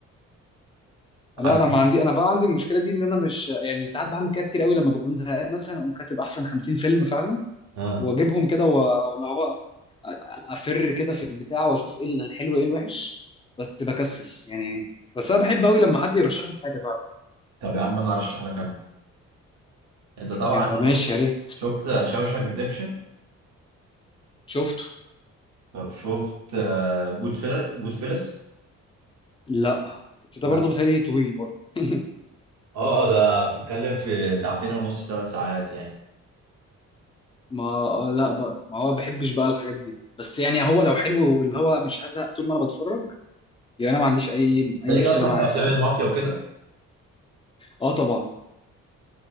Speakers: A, on the right; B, on the left.
A: عارف
B: لا انا ما عندي انا بقى عندي المشكله دي ان انا مش يعني ساعات بعمل كده كتير قوي لما بكون زهقان مثلا اقوم كاتب احسن 50 فيلم فعلا
A: اه
B: واجيبهم كده واللي هو افر كده في البتاع واشوف ايه الحلو ايه الوحش بس بكسل يعني بس انا بحب قوي لما حد يرشح لي حاجه فعلا
A: طب يا عم انا ارشح لك انا انت طبعا
B: يا
A: شفت
B: ماشي يا ريت
A: شفت شاوشانك ريديمشن
B: شفته
A: طب شفت جود فيلا جود فيلس
B: لا بس ده
A: لا.
B: برضه بتهيألي طويل برضه <laughs>
A: اه اه ده بتتكلم في ساعتين ونص ثلاث ساعات يعني
B: ما آه، لا بقى ما هو بحبش بقى الحاجات دي بس يعني هو لو حلو واللي هو مش هزهق طول ما انا بتفرج يعني انا ما عنديش اي
A: انت
B: اي مشكله
A: ليك اصلا
B: معاه
A: في افلام
B: فاهم
A: المافيا وكده
B: اه طبعا